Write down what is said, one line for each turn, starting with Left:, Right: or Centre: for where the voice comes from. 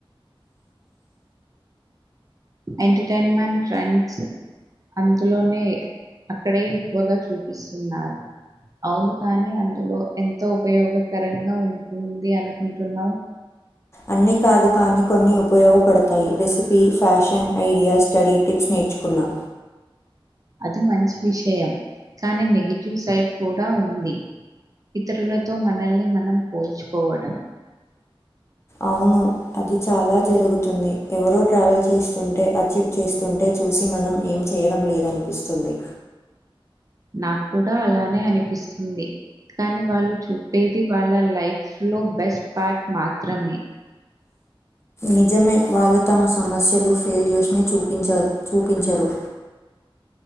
Right: ఎంటర్టైన్మెంట్ ట్రెండ్స్ అందులోనే అక్కడే ఎక్కువగా చూపిస్తున్నారు అవును కానీ అందులో ఎంతో ఉపయోగకరంగా ఉంటుంది అనుకుంటున్నావ్
Left: అన్నీ కాదు కాని కొన్ని ఉపయోగపడతాయి recipe fashion idea study tips నేర్చుకున్నా
Right: అది మంచి విషయం కానీ నెగిటివ్ సైడ్ కూడా ఉంది ఇతరులతో మనల్ని మనం పోల్చుకోవటం
Left: అవును అది చాలా జరుగుతుంది. ఎవరో ట్రావెల్ చేస్తుంటే అచీవ్ చేస్తుంటే చూసి మనం ఏం చేయడం లేదనిపిస్తుంది.
Right: నా కూడా అలానే అనిపిస్తుంది కానీ వాళ్ళు చూపేది వాళ్ళ లైఫ్లో బెస్ట్ పార్ట్ మాత్రమే
Left: నిజమే వాళ్ళు తమ సమస్యలు ఫెయిల్యూర్స్ ని చూప్ చూపించ చూపించరు